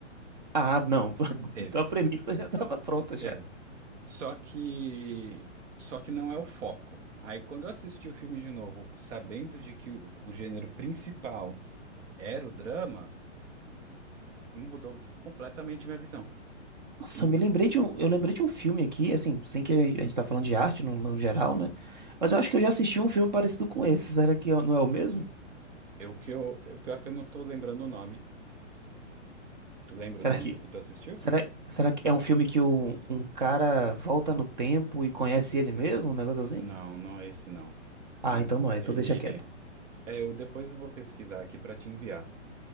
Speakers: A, on the right (about 40°); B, on the right (about 80°).
A: Ah, não. <laughs>
B: teve,
A: Então a premissa já tava pronta já.
B: teve. Só que, só que não é o foco. Aí quando eu assisti o filme de novo, sabendo de que o, o gênero principal era o drama, mudou completamente minha visão.
A: Nossa,
B: E
A: eu me lembrei de um, eu lembrei de um filme aqui, assim, sem que a gente tá falando de arte no, no geral, né? Mas eu acho que eu já assisti um filme parecido com esse. Será que é- não é o mesmo?
B: eu que eu, o pior que eu não tô lembrando o nome. Tu lembra
A: Será
B: o nome
A: que,
B: do que tu assistiu?
A: será, será que é um filme que o, um cara volta no tempo e conhece ele mesmo? Um negócio assim?
B: Não, não é esse não.
A: Ah,
B: É um,
A: então não é, então
B: ele
A: deixa quieto.
B: É, eu depois eu vou pesquisar aqui para te enviar.